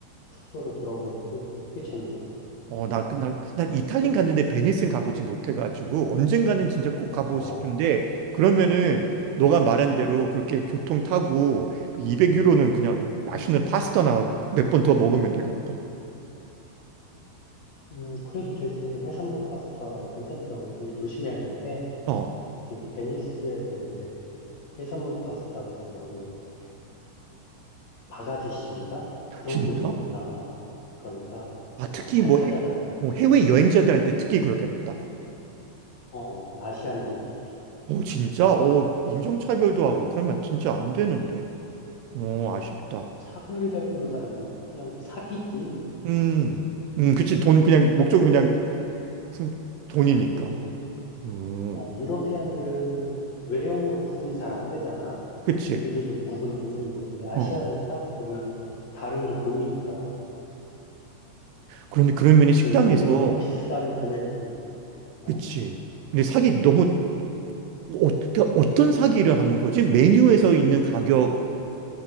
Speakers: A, on the left; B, on the right.
A: 숙소로 돌아오는 것도 꽤 재미있었어.
B: 어, 나, 그- 난, 난 이탈리아 갔는데 베니스는 가보지 못해가지고 언젠가는 진짜 꼭 가보고
A: 어,
B: 싶은데 그러면은 너가 말한 대로 그렇게 교통 타고 그 200유로는 그냥 맛있는 파스타나 몇 번 더 먹으면 되겠다.
A: 음, 그래도 되지. 해산물 파스타 괜찮더라고. 근데 조심해야 될 게,
B: 어.
A: 이게 베니스에서 이제 해산물 파스타 같은 거를 이렇게 바가지 씌운다? 그런
B: 진짜?
A: 게 좀 있나 봐. 그러니까
B: 아,
A: 어,
B: 특히
A: 잘
B: 뭐
A: 찾아가야
B: 해,
A: 돼.
B: 어, 해외 여행자들한테 특히 그러겠다.
A: 어, 어, 아시안들 특히.
B: 어, 진짜? 어, 인종차별도 하고 그러면 진짜 안 되는데. 어, 아쉽다.
A: 차별이라기보단 그냥 사기지.
B: 음, 음, 그치. 돈 그냥 목적은
A: 일단
B: 그냥 순- 돈이니까.
A: 음,
B: 음,
A: 어, 유러피안들은 외형으로 구분이 잘 안 되잖아.
B: 그치.
A: 지들도 구분하기 힘들고. 근데 아시아는
B: 어,
A: 딱 보면 다른 게 보이니까.
B: 그런데 그런
A: 어,
B: 면이 식당에서
A: 그러니까 일부러 더 비싼 금액 부르고. 어,
B: 그치. 근데 사기 너무 어떻게 어떤 사기를 하는 거지? 메뉴에서 있는 가격보다는